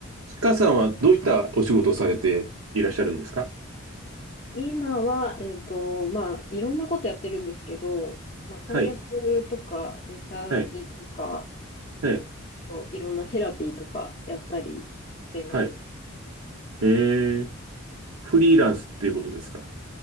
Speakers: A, on the right; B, on the left.
A: ちかさんはどういったお仕事をされていらっしゃるんですか
B: 今は、えっと、まあ、いろんなことやってるんですけど、まあ、翻訳とか、
A: はい、
B: リサーチとか、
A: はい、はい、
B: といろんなセラピーとかやったりしてます。
A: はい。えー、フリーランスっていうことですか